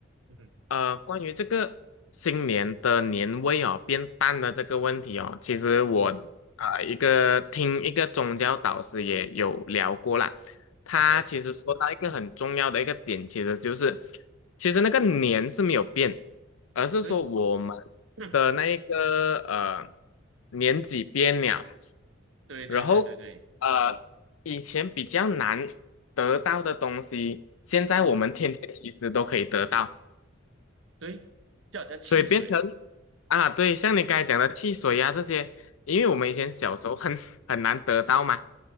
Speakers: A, on the right; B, on the left.
A: 嗯哼，
B: 呃，关于这个新年的年味哦变淡的这个问题哦，其实我啊、
A: 嗯哼
B: 呃一个听一个宗教导师也有聊过啦，他其实说到一个很重要的一个点，
A: ，OK，
B: 其实就是其实那个年是没有变，而是说我们
A: 对，<coughs> <clears throat>
B: 的那一个呃年纪变了，
A: 对对对对对，
B: 然后呃以前比较难得到的东西，现在我们天天其实都可以得到。
A: 嗯哼，对，就好像汽水。
B: 所以变成啊，对，像你刚才讲的汽水呀、
A: 这。
B: 这些，因为我们以前小时候很 <laughs> 很难得到嘛，